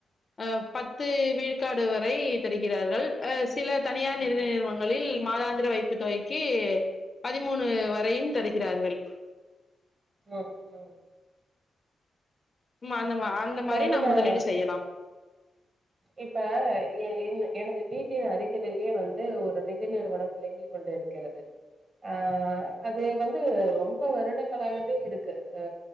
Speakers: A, on the left (about 40°); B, on the right (about 45°).
A: அ பத்து விழுக்காடு வரை தருகிறார்கள் அ சில தனியார்
B: ம்
A: நிதி நிறுவனங்களில் மாதாந்திர வைப் பு தொகைக்கு பதிமூணு வரையும் தருகிறார்கள்
B: ஓ ஹோ
A: ம் அந்த மா அந்த
B: இப்ப
A: மாரி
B: வந்து
A: நம்
B: நான்
A: முதலீடு செய்யலாம்
B: இப்ப எ என் எனது வீட்டின் அருகிலேயே வந்து ஒரு நிதி நிறுவனம் இயங்கி கொண்டிருக் கிறது ஆ அது வந்து ரொம்ப வருடங்களாகவே இருக்கு ஆ